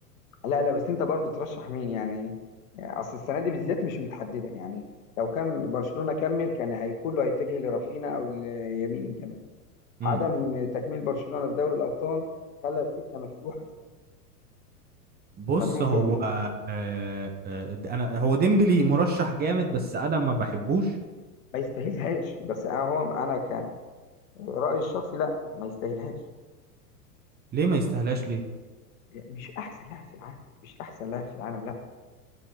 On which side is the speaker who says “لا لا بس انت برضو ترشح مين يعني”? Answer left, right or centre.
Left